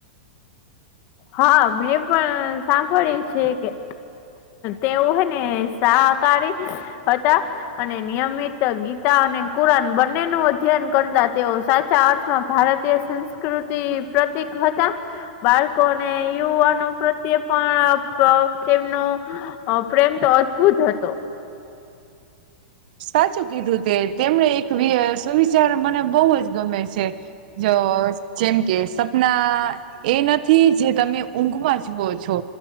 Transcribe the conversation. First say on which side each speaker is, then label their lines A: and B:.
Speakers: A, on the left; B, on the right.
A: હા મેં પણ સાંભળ્યું છે કે તેવું હોય, ને શાકારી હતા. અને નિયમિત ગીતા અને કુરાન બંને ન અધ્યયન કરતા તેઓ સાચા અર્થમાં ભારતીય. સંસ્કૃતિ પ્રતિક હતા, બાળ કો ને યુવાનો પ્રત્યે પણ પા તેમનો અ પ્રેમ તો અદભુત હતો.
B: સાચું કીધું તે તેમને એક સુવિચાર મને બહુ જ ગમે છે જ જેમ કે સપના એ નથી જે તમે ઊંઘમાં જુઓ છો.